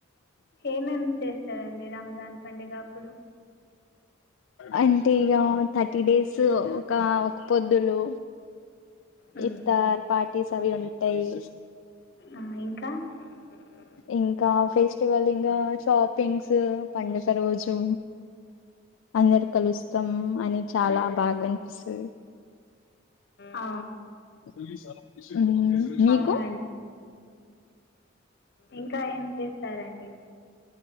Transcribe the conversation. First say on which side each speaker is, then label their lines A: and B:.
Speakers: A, on the left (about 55°); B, on the left (about 70°).
A: ఏమేమి చేస్తారండి. రంజాన్ పండుగ అప్పుడు
B: అంటే ఇగ థర్టీ డేస్ ఒక ఒక పొద్దులు
A: మ్,
B: ఇస్తార్ పార్ట్ టీస్ అవి ఉంటయి
A: ఆ ఇంకా <unintelligible>
B: ఇంకా ఫెస్టివల్ ఇంగా షాపింగ్స్ పండుగ రోజు అందరు కలుస్తాం అని చాలా బాగా అనిపిస్తది.
A: ఆ,
B: పొద్దునే షాప్ తీసా ఉమ్ మీకు
A: అవునా ఇంగ ఇంకా ఏం చేస్తారండి.